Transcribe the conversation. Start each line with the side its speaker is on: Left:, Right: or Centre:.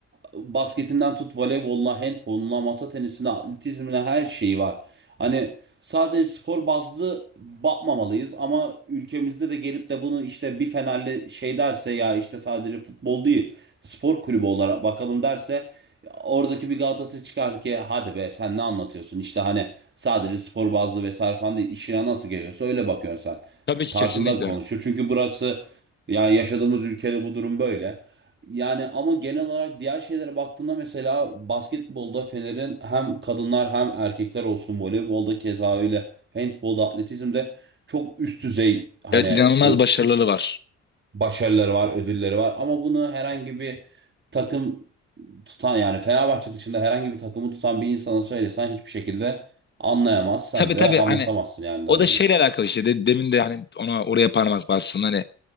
Right: basketinden tut voleyboluna, handboluna, masa tenisine, atletizmine her şeyi var. Hani sadece spor bazlı bakmamalıyız ama ülkemizde de gelip de bunu işte bir Fenerli şey derse ya işte sadece futbol değil spor kulübü olarak bakalım derse Oradaki bir Galatasaray çıkar ki hadi be sen ne anlatıyorsun işte hani sadece spor bazlı vesaire falan değil işine nasıl geliyorsa öyle bakıyorsun sen
Left: Tabii ki
Right: tarzında
Left: kesinlikle.
Right: konuşuyor. Çünkü burası yani yaşadığımız ülkede bu durum böyle. Yani ama genel olarak diğer şeylere baktığında mesela basketbolda Fener'in hem kadınlar hem erkekler olsun voleybolda keza öyle handbolda atletizmde çok üst düzey hani
Left: Evet inanılmaz
Right: ö-
Left: başarıları var.
Right: başarıları var ödülleri var ama bunu herhangi bir takım tutan yani Fenerbahçe dışında herhangi bir takımı tutan bir insana söylesen hiçbir şekilde anlayamaz sen
Left: Tabii
Right: de
Left: tabii
Right: anlatamazsın
Left: hani
Right: yani derdini.
Left: o da şeyle alakalı işte de, demin de hani ona oraya parmak bastın hani